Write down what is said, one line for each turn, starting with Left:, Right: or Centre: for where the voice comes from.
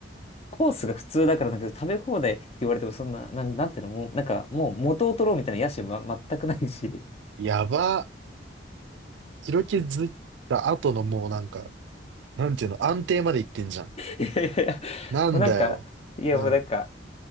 Left: コースが普通だから、なんか食べ放題って言われてもそんな、なん、なんていうの、もう、なんかもう元を取ろうみたいな野心はま全くないし。<laughs> い
Right: やば。広気ずった後のもうなんか、なんていうの、安定まで行ってんじゃん。
Left: やいやいや、
Right: なんだよ。
Left: もうなんか、いやもうなんか、
Right: うん。